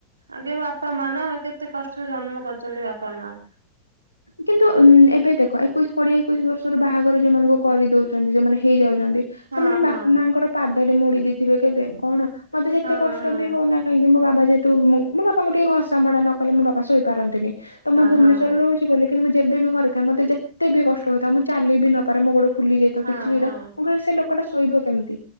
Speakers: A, on the right (about 80°); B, on the left (about 85°).
A: ଆଗେ ବାପା ମା ନା। କେତେ କଷ୍ଟରେ ଜନ୍ମ କରିଛନ୍ତି ବାପା ମା?
B: କିନ୍ତୁ ଏବେ ଦେଖ ଏକୋଇଶ କୋଡିଏ ଏକୋଇଶି ବର୍ଷରୁ ବାହାଘର ଯୋଉ ମାନଙ୍କୁ କରି ଦଉଛନ୍ତି। ଯୋଉମାନେ ହେଇଯାଉଛନ୍ତି।
A: ହଁ
B: ସେମାନେ ବାପା
A: ହଁ
B: ମାଙ୍କର ପାଦଟେ ମୁଡି ଦେଇଥିବେ କେବେ କଣ? ମତେ ଯେତେ
A: ହଁ
B: କଷ୍ଟ
A: ହଁ
B: ବି ହଉନା କାହିଁକି ମୋ ବାବା ଯେହେତୁ ମୁଁ ମୋ ବାପାଙ୍କୁ ଟିକେ ଘସା ମୋଡା ନ କଲେ ମୋ ବାପା ଶୋଇପାରନ୍ତିନି। ତ ମୁଁ ଭୁବନେଶ୍ୱରରେ
A: ହଁ ହଁ।
B: ରହୁଚି ବୋଲି। କିନ୍ତୁ ମୁଁ ଯେବେ ବି ଘରେ ଥାଏ, ମତେ ଯେତେ ବି କଷ୍ଟ ହୋଇଥାଉ, ମୁଁ ଚାଲି ବି ନପାରେ, ମୋ ଗୋଡ ଫୁଲି ଯାଇ
A: ହଁ
B: କିଛି ବି
A: ହଁ
B: ତ। ମୁଁ କହିବି ସେ ଲୋକଟା ଶୋଇବ କେମିତି?